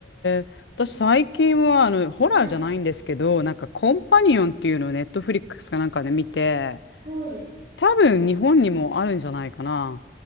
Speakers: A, on the left (about 75°); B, on the right (about 35°).
A: え。
B: なんか、
A: 私、最近は、あの、ホラーじゃないんですけど、
B: はい。
A: なんか、コンパニオンっていうのをネットフリックスかなんかで見て、
B: はい。
A: 多分、日本にもあるんじゃないかな。